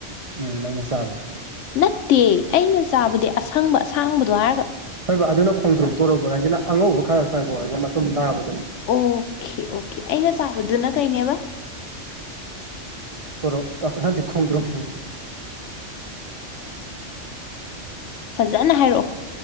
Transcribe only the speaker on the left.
ꯅꯠꯇꯦ ꯑꯩꯅ ꯆꯥꯕꯗꯤ ꯑꯁꯪꯕ ꯑꯁꯥꯡꯕꯗꯣ ꯍꯥꯏꯔꯒ
ꯑꯣꯀꯦ ꯑꯣꯀꯦ ꯑꯩꯅ ꯆꯥꯕꯗꯨꯅ ꯀꯩꯅꯦꯕ
ꯐꯖꯅ ꯍꯥꯏꯔꯛꯑꯣ